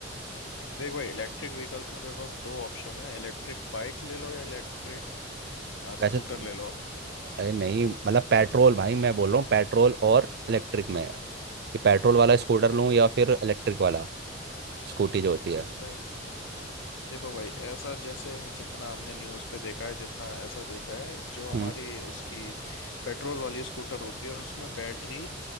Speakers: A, on the left (about 80°); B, on the right (about 60°).
A: देख भाई इलेक्ट्रिक व्हीकल्स में तेरे पास दो ऑप्शन है इलेक्ट्रिक बाइक ले लो या इलेक्ट्रिक स्कूटर
B: वैसे तो
A: ले लो
B: अरे नहीं मतलब पेट्रोल भाई मैं बोल रहा हूँ पेट्रोल और इलेक्ट्रिक में कि पेट्रोल वाला स्कूटर लूँ या फिर इलेक्ट्रिक वाला स्कूटी जो होती है
A: भाई देखो भाई ऐसा जैसे जितना हमने न्यूज़ पे देखा है जितना ऐसा देखा है जो हमारी
B: हम्म
A: उसकी पेट्रोल वाली स्कूटर होती है उसमें बैटरी